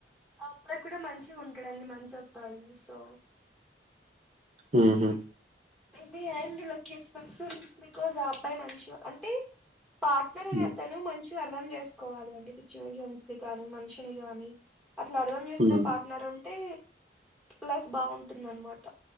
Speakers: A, in the centre; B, on the right.
A: అబ్బాయికి కూడా మంచిగా ఉంటాడండి మంచి అబ్బాయి సో.
B: ఉహు
A: మెయింటి అండ్ లోకేస్ట్ పర్సన్ బికాజ్ ఆ అబ్బాయి మంచివ అంటే పార్ట్నర్ అనే
B: హ్మ్
A: అతను మంచిగా అర్థం చేసుకోవాలి అండి సిచ్యువేషన్స్ గాని మనిషిని గాని. అట్లా అర్ధం చేసుకునే
B: హ్మ్
A: పార్ట్నర్ ఉంటే లైఫ్ బాగుంటుందనమాట.